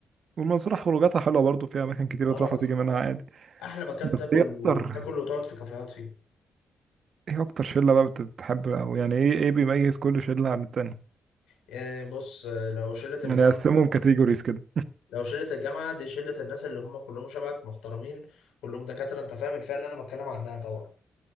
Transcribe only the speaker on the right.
والمنصورة خروجاتها حلوة برضه فيها أماكن كتيرة
تروح وتيجي
منها عادي
بس
إيه
أكتر
إيه أكتر شلة بقى بتتحب أو يعني إيه إيه بيميز كل شلة عن التانية
يعني
أقسمهم كاتيجوريز كده